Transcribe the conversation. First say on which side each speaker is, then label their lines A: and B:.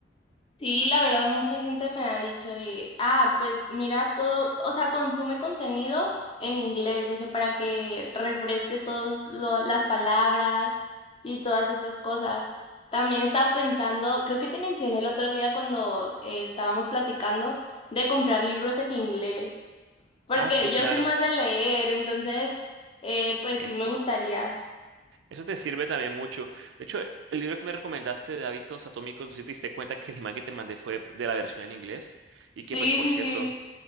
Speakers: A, on the left; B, on the right.
A: Sí, la verdad, mucha gente me ha dicho de, ah, pues mira todo, o sea, consume contenido en inglés, dice, para que refresque todas las palabras y todas estas cosas. También estaba pensando, creo que te mencioné el otro día cuando eh, estábamos platicando de comprar libros en inglés, porque
B: Ah, sí, claro,
A: yo soy más de leer, entonces, eh, pues
B: eso.
A: sí me gustaría.
B: Eso te sirve también mucho. De hecho, el libro que me recomendaste de hábitos atómicos, si te diste cuenta que el imán que te mandé fue de la versión en inglés y
A: Sí,
B: que pues por
A: sí,
B: cierto,
A: sí.